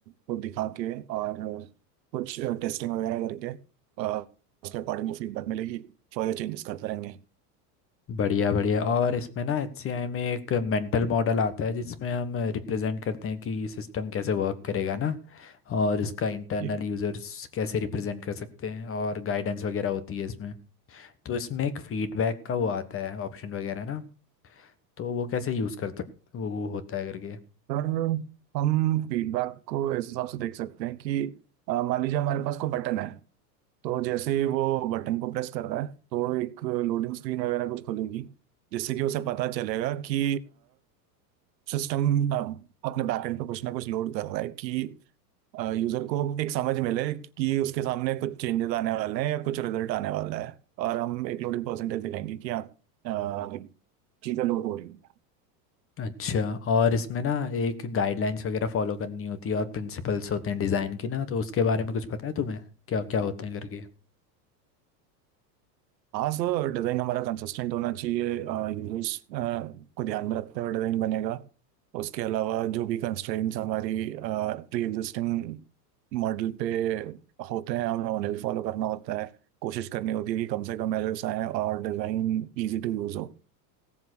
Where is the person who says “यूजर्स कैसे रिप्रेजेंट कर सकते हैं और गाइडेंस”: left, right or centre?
Left